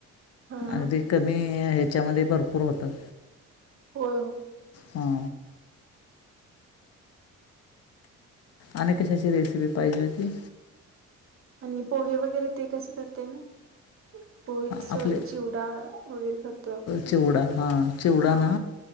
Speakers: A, on the right; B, on the left.
A: हा
B: अगदी
A: हा
B: कमी ह्याच्यामध्ये भरपूर होतात.
A: होय होय.
B: हा. आणि कशाची रेसिपी पाहिजे होती.
A: आणि पोहे वगैरे ते कसं करतेय मी पो पोहित सरी
B: आपले
A: चिवडा वगैरे करतोय आपण
B: चिवडा
A: त
B: हां चिवडा
A: हा.
B: ना